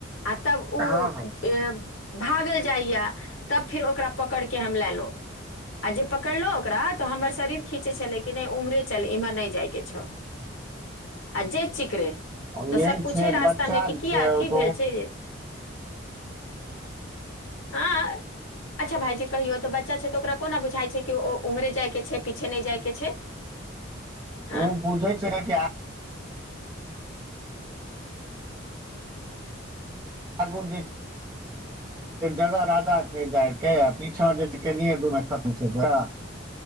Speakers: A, on the left (about 85°); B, on the right (about 20°).
A: आ तब ओ
B: हँ हँ
A: भागल जाइए तब फेर ओकरा पकड़ क हम लेलहुँ आ जे पकड़लो ओकरा तो हमर शरीर खीचे छले कि नहि उम्हरे चल इम्हर नहि जाइ के छौ आ जे चिकरे तऽ
B: मेन
A: सब पूछे
B: छै
A: रास्ता
B: बच्चा
A: मे कि किया
B: छै
A: की
B: त
A: भेल छै हँ अच्छा भाईजी कहियो तऽ बच्चा छै तऽ ओकरा कोना बुझाई छै कि ओ उमरे जाय के छै प पछ नहि जायके छै हँ
B: ओ बुझाई जा छै
A: हठ <unintelligible>
B: आगू जे जगह जादा छै पीछा कनिए दुरमे द खतम छै जा